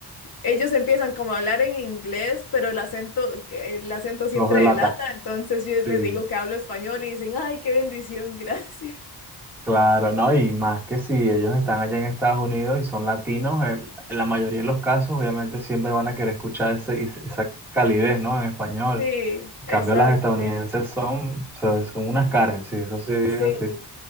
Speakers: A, on the left (about 55°); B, in the centre.
A: ellos empiezan como a hablar en inglés, pero el acento, que el acento siempre
B: Los delata.
A: delata, entonces yo les
B: Sí,
A: digo que hablo español y dicen, ay, qué bendición, gracias. <laughs>
B: claro, ¿no? Y más que si ellos están allá en Estados Unidos y son latinos, eh, en la mayoría de los casos obviamente siempre van a querer escuchar ese- ese- esa calidez, ¿no? En español.
A: Sí,
B: En
A: exacto.
B: cambio, las estadounidenses son, o sea, son unas Karen, sí, eso sí es
A: Sí,
B: así.